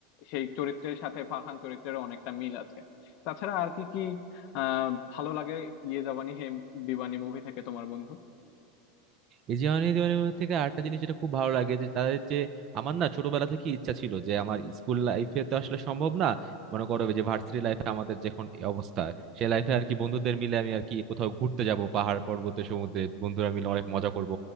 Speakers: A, on the left (about 45°); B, on the right (about 35°).
A: সেই চরিত্রের সাথে ফারহান চরিত্রেরও অনেকটা মিল আছে তাছাড়া আর কি কি আহ ভালো লাগে ইয়ে জাবানি হে দিওয়ানি মুভি থেকে তোমার বন্ধু
B: এই জিওনি দিওয়ানি থেকে আরেকটা জিনিস যেটা খুব ভালো লাগে যে তাদের যে আমার না ছোটবেলা থেকে ইচ্ছা ছিল যে আমার স্কুল লাইফে তো আসলে সম্ভব না মনে করো যে ভার্সিটি লাইফে আমাদের যখন এই অবস্থা সে লাইফে আর কি বন্ধুদের মিলে আমি আর কি কোথাও ঘুরতে যাব পাহাড় পর্বতে সমুদ্রে বন্ধুরা মিলে অনেক মজা করব